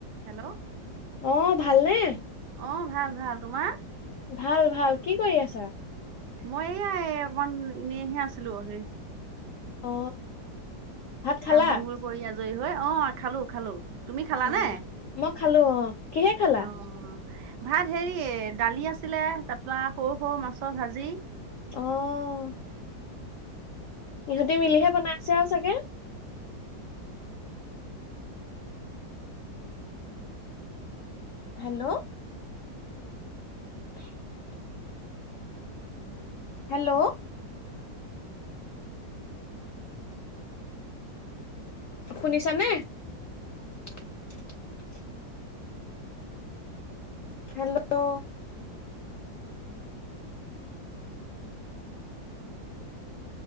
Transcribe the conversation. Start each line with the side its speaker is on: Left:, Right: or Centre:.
Right: হেল্ল
Left: অঁ ভালনে?
Right: অঁ, ভাল ভাল তোমাৰ?
Left: ভাল ভাল, কি কৰি আছা?
Right: মই এয়া অকমান এনেইহে আছিলো, সেই
Left: অ ভাত খালা
Right: কাম বনবোৰ কৰি আজৰি হৈ, অঁ খালো খালো। তুমি খালা
Left: অ
Right: নে,
Left: মই খালো অ কিহে খালা
Right: অঁ। ভাত হেৰি দালি আছিলে তাৰ পৰা সৰু সৰু মাছৰ ভাজি।
Left: অ'। ইহঁতি মিলিহে বনাইছে আৰু চাগে? হেল্ল'। <inaudible> হেল্ল'। শুনিছানে? <inaudible> হেল্ল'।